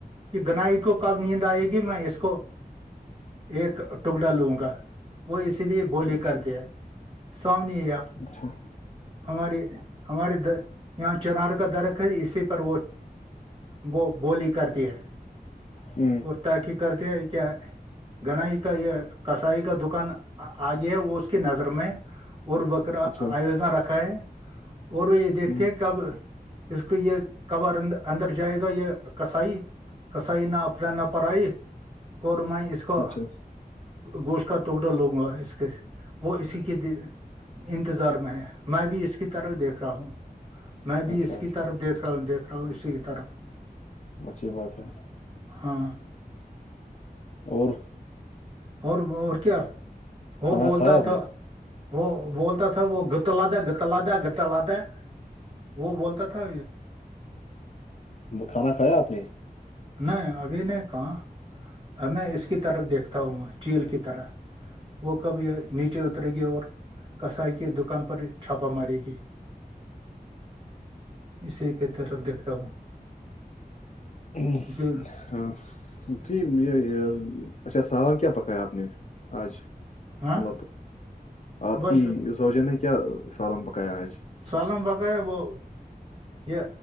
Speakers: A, on the right; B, on the left.
A: کہ گنائی کو کب نت آئے گی میں اس کو ایک ٹکڑا لوں گا وہ اس لیے بولی
B: اچھا
A: کرتی ہے سامنی
B: اچھا
A: ہماری ہمارے د یہاں چنار کا درخ ہے اسی پر وہ وہ بولی کرتی ہے
B: ہ
A: تا کی کرتے ہے کیا گنائی کا یہ کسائی کا دکان آ گیا ہے وہ اس کی نظر میں اور وہ آیوجنا
B: اچھا
A: رکھا ہے اور وہ یہ دیکھتے
B: ہ
A: ہیں کہ اب اس کو یہ کبر اندر جائے گا یہ کسائی کسائی نہ اپنا نہ پڑائی اور میں اس کا
B: اچھا
A: گوشت کا ٹکڑا لوگوںا اس کے وہ اسی کی انتظار میں ہے میں بھی اس کی طرف دیکھ رہا ہوں میں بھی
B: اچھا
A: اس
B: اچھا
A: کی طرف دیکھ رہا ہوں دیکھ رہا ہوں اسی کی طرف
B: اچھی بات ہے
A: ہاں
B: اور
A: اور اور کیا وہ
B: کھانا
A: بولتا
B: کھایا آپ نے
A: تھا وہ بولتا تھا وہ گ لادا گتلا دا گت ل دا وہ بولتا تھا
B: کھانا کھایا آپ نے
A: نہیں ابھی نے کہاں میں اس کی طرف دیکھتا ہوں چیل کی طرف وہ کب نیچے اترے گی اور کسائی کی دکان پر چھاپا مارے گی
B: <unintelligible>
A: اسی کی طرف دیکھتا ہوں
B: ہ
A: جی
B: ہاں جی یہ اچھا سالان کیا پکایا آپ نے آج
A: ہاں
B: مطلب آپ
A: بس
B: کی سوج نے کیا سالم پکایا آج
A: سالم بق ہے وہ یہ